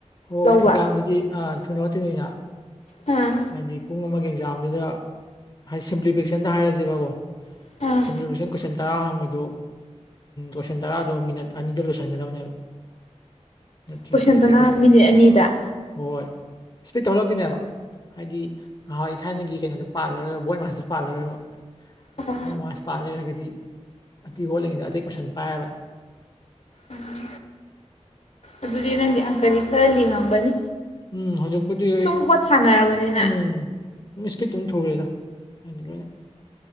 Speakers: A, on the left (about 35°); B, on the left (about 65°).
A: ꯍꯣꯏ
B: ꯂꯧꯕ
A: ꯑꯦꯛꯖꯥꯝꯗꯗꯤ ꯑ ꯊꯣꯏꯅ ꯍꯠꯇꯣꯏꯅꯤꯅ
B: ꯑꯥ
A: ꯍꯥꯏꯗꯤ ꯄꯨꯡ ꯑꯃꯒꯤ ꯑꯦꯛꯖꯥꯝꯗꯨꯗ ꯍꯥꯏꯗꯤ ꯁꯤꯝꯄ꯭ꯂꯤꯐꯤꯀꯦꯁꯟꯗ ꯍꯥꯏꯔꯁꯦꯕꯀꯣ
B: ꯑꯥ
A: <unintelligible> ꯇꯔꯥ ꯍꯪꯕꯗꯨ ꯂꯣꯏꯁꯤꯟ ꯇꯔꯥꯗ ꯃꯤꯅꯠ ꯑꯅꯤꯗ ꯂꯣꯏꯁꯤꯟꯒꯗꯕꯅꯦꯕ ꯅꯠꯇ꯭ꯔꯗꯤ
B: ꯀꯣꯏꯁꯟꯇꯅ
A: ꯑꯇꯩ ꯀꯁꯨ
B: ꯃꯤꯅꯤꯠ ꯑꯅꯤꯗ
A: ꯍꯣꯏ ꯏꯁꯄꯤꯠ ꯇꯧꯍꯜꯂꯛꯇꯣꯏꯅꯦꯕ ꯍꯥꯏꯗꯤ ꯉꯍꯋꯥ ꯊꯥꯏꯅꯒꯤ ꯀꯩꯅꯣꯗꯣ ꯄꯥꯜꯂꯔꯣꯏꯕ ꯕꯣꯏꯠ ꯃꯥꯥꯁꯇꯣ ꯄꯥꯜꯂꯔꯣꯏꯕ
B: ꯑꯣ
A: ꯕꯣꯏ ꯃꯥꯥꯁ ꯄꯥ ꯂꯩꯔꯒꯗꯤ ꯑꯇꯩ ꯍꯣꯜꯂꯤꯉꯩꯗ ꯑꯇꯩ ꯀꯣꯏꯁꯟ ꯄꯥꯏꯔꯔꯣꯏ
B: ꯎꯝ ꯑꯗꯨꯗꯤ ꯅꯪꯗꯤ ꯑꯪꯀꯔꯤ ꯈꯔ ꯂꯤꯡꯉꯝꯒꯅꯤ
A: ꯎꯝ ꯍꯧꯖꯤꯛꯄꯨꯗꯤ
B: ꯁꯨꯝ ꯍꯣꯠ ꯁꯥꯟꯅꯔꯕꯅꯤꯅ
A: ꯎꯝ ꯏꯁꯄꯤꯠꯇ ꯑꯗꯨꯝ ꯊꯧꯔꯦꯗ ꯍꯥꯏꯗꯤ